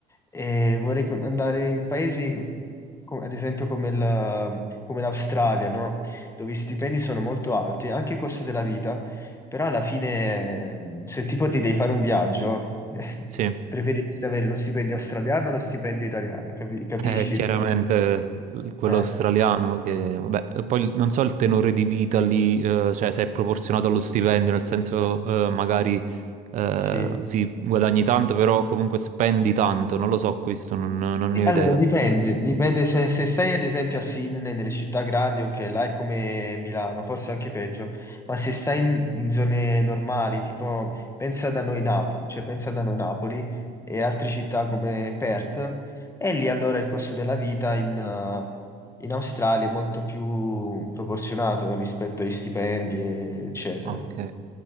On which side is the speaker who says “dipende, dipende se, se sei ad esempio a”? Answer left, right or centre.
Left